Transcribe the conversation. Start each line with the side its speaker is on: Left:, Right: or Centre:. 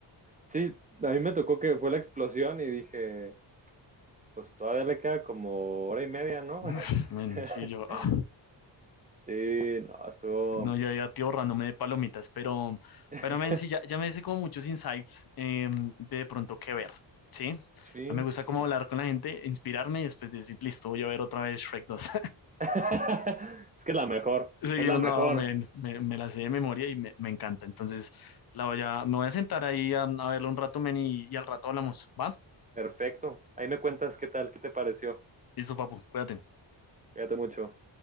Right: sí, a mí me tocó que fue la explosión y dije, pues todavía le queda como hora y media, ¿no?
Left: <laughs> Men,
Right: <laughs>
Left: sí, yo, ah,
Right: Sí, no, estuvo.
Left: no, yo ya tío ahorrándome de palomitas, pero,
Right: <laughs>
Left: pero men, sí, ya, ya me hice como muchos insights em, de de pronto qué ver, ¿sí?
Right: Sí,
Left: A mí me gusta como
Right: sí.
Left: hablar con la gente, inspirarme y después decir, listo, voy a ver otra vez Shrek 2.
Right: <laughs> Es que es la mejor,
Left: <laughs> Seguimos,
Right: es la mejor.
Left: no, men, me, me la sé de memoria y me, me encanta. Entonces, la voy a, me voy a sentar ahí a, a verlo un rato, men, y, y al rato hablamos, ¿va?
Right: Perfecto. Ahí me cuentas qué tal, qué te pareció.
Left: Listo, papu, cuídate.
Right: Cuídate mucho.